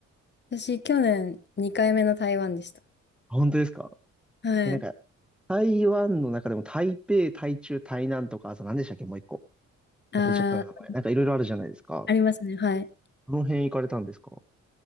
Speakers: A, on the left; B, in the centre.
A: 私、去年2回目の台湾でした。
B: 本当ですか
A: はい。
B: え、なんか、台湾の中でも台北、台中、台南とか、あと何でしたっけもう一個。
A: あー、
B: 忘れちゃったな名前。なんかいろいろあるじゃないですか。
A: ありますね。はい。
B: この辺行かれたんですか